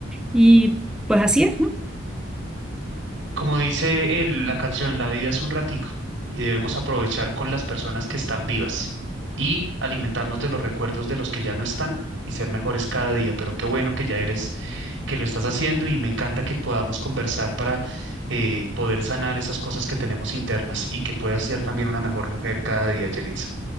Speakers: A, in the centre; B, on the right.
A: Y pues así es, ¿no?
B: Como dice el- la canción, la vida es un ratico y debemos aprovechar con las personas que están vivas y alimentarnos de los recuerdos de los que ya no están y ser mejores cada día. Pero qué bueno que ya eres, que lo estás haciendo y me encanta que podamos conversar para eh, poder sanar esas cosas que tenemos internas y que puedas ser también una mejor mujer cada día, Yelitza.